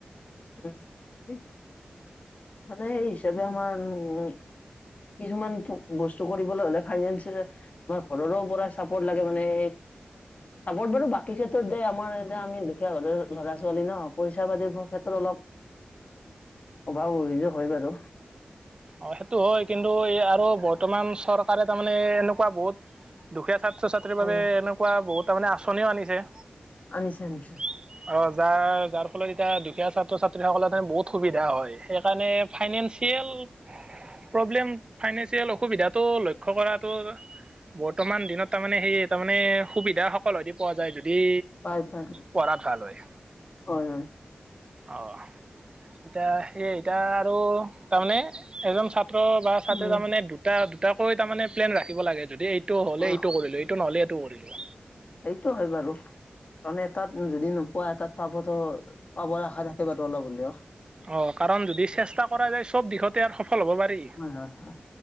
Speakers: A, on the left (about 55°); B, on the right (about 30°).
A: উম সেইটোৱে। মানে এই হিচাপে আমাৰ উম কিছুমান বস্তু কৰিবলৈ হ'লে ফাইনেন্স আমাৰ ঘৰৰো পৰা চাপৰ্ট লাগে মানে চাপৰ্ট বাৰু বাকী ক্ষেত্ৰত দেই আমাৰ এতিয়া আমি দুখীয়া ল'ৰা ছোৱালী ন পইচা পাতিৰ ক্ষেত্ৰত অলপ বা অভিযোগ হয় বাৰু।
B: অ', সেইটো হয়, কিন্তু এই আৰু বৰ্তমান চৰকাৰে তাৰমানে এনেকুৱা বহুত দুখীয়া ছাত্ৰ ছাত্ৰীৰ
A: অ',
B: বাবে এনেকুৱা বহুত তাৰমানে আঁচনিও আনিছে।
A: আনিছে, আনিছে।
B: অ', যাৰ, যাৰ ফলত এতিয়া দুখীয়া ছাত্ৰ ছাত্ৰী সকলৰ কাৰণে বহুত সুবিধা হয় সেইকাৰণে ফাইনেন্সিয়েল প্ৰব্লেম ফাইনেন্সিয়েল অসুবিধাটো লক্ষ্য কৰাটো বৰ্তমান দিনত তাৰমানে সেই তাৰমানে সুবিধা সকলোৰে পোৱা যায় যদি
A: পাই, পাই।
B: পঢ়াত ভাল হয়।
A: হয়, হয়।
B: অহ, এতিয়া সেয়ে এতিয়া আৰু তাৰমানে এজন ছাত্ৰ বা ছাত্ৰ
A: উম,
B: তাৰমানে দুটা দুটাকৈ তাৰমানে প্লেন ৰাখিব লাগে যদি এইটো হ'লে
A: অ',
B: এইটো কৰিলো, এইটো নহ'লে এইটো কৰিলো।
A: সেইটো হয় বাৰু মানে এটাত যদি নোপোৱা এটাত পাবতো, পাবৰ আশা থাকে বাৰু অলপ হলেও।
B: অ', কাৰণ যদি চেষ্টা কৰা যায় চব দিশতে আৰু সফল হ'ব পাৰি।
A: হয়, হয়, হয়,